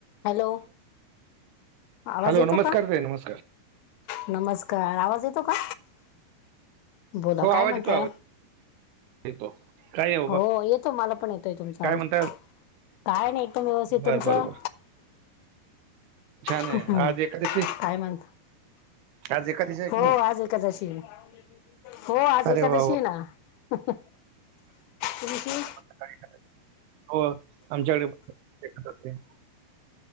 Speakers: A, on the left (about 85°); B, on the right (about 80°).
A: Hello आवाज
B: hello
A: येतो
B: नमस्कार
A: का?
B: ताई नमस्कार
A: नमस्कार आवाज येतो का? बोला
B: हो आवाज
A: काय म्हणता
B: येतो आवाज येतो काय? बाबा
A: हो येतो मला पण येतोय तुमचा
B: काय
A: आवाज
B: म्हणताय
A: काय नाही एकदम व्यवस्थित
B: बर
A: तुमचं?
B: बर बर छान
A: हम्म
B: आहे आज एकादशी
A: काय मग
B: आज एकादशी आहे की
A: हो
B: नाही
A: आज एकादशी ये हो आज
B: अरे
A: एकादशी
B: वा वा
A: येना अहम तुमची
B: सकाळी का हो आमच्याकडे पण <unintelligible>